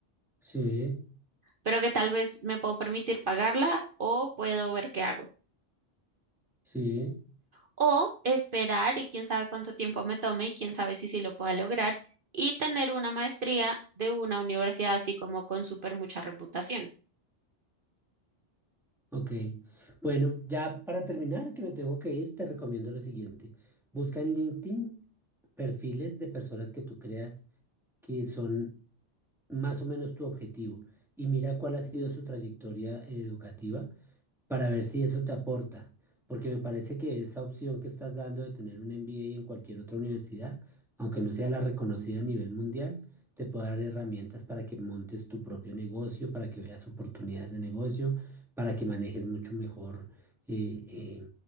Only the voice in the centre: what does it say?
Sí,
sí.
Ok. Bueno, ya para terminar, que me tengo que ir, te recomiendo lo siguiente. Busca en LinkedIn perfiles de personas que tú creas que son más o menos tu objetivo y mira cuál ha sido su trayectoria educativa para ver si eso te aporta, porque me parece que esa opción que estás dando de tener un MBA en cualquier otra universidad, aunque no sea la reconocida a nivel mundial, te puede dar herramientas para que montes tu propio negocio, para que veas oportunidades de negocio, para que manejes mucho mejor eh, eh,